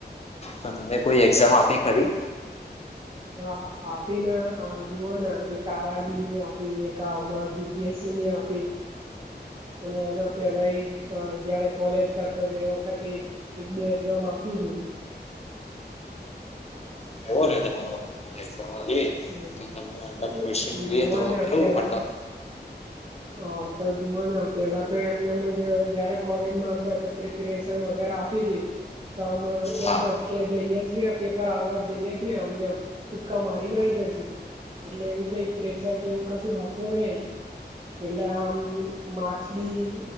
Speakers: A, on the left; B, on the right.
A: તો તને કોઈ એક્ઝામ આપી ખરી?
B: હ આપીને જુઓ ને એક આરઆરબી ની આપી એક હ જીપીએસસી ની આપી. અને એના પેલા જયારે કોલેજ કરતો હતો એ વખતે એક બે એક્ઝામ આપી હતી
A: <unintelligible> લે
B: હમ્મ
A: તો તમને મતલબ
B: એ
A: ક્વેશ્ચન જોઈએ
B: હ
A: તો
B: હને આપેલા
A: કેવું મતલબ
B: હા તો જોુવાના પેલા તો એમને જ જયારે કોલેજમાં હતા સ વગર અપિતી તો અમે
A: હા
B: એમ જ ક્યા જઈએ છીએ પેપર હાલવા જ જઈએ છીએ અમને ટુક્કા મારી નાઈ
A: હા
B: જશું એટલે એવું કઈક પ્રેશર કે એવું કશું હત નહી એટલે આમ માક્સ બી